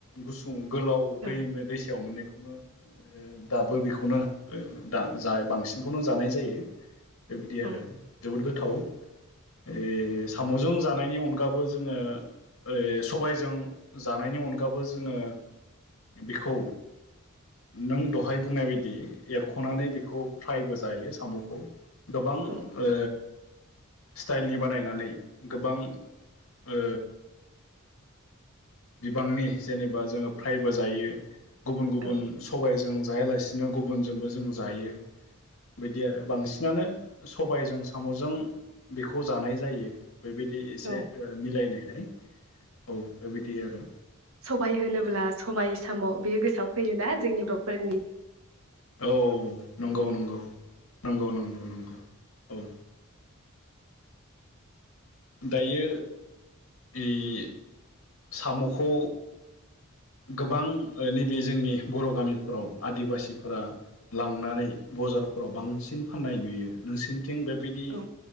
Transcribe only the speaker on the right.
औ
औ
औ
औ
औ
सबाय होनोब्ला सबाय साम बेयो गोसोआव फैयोना जोंनि ब्रफोरनि
औ